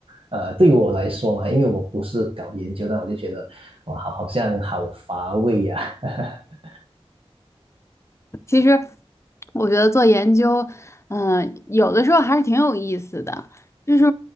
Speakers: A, on the right; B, on the left.
A: 呃，对于我来说嘛，因为我不是搞研究的，我就觉得哇，好好像好乏味呀、<laughs>
B: 其实我觉得做研究，嗯、有的时候还是挺有意思的。就是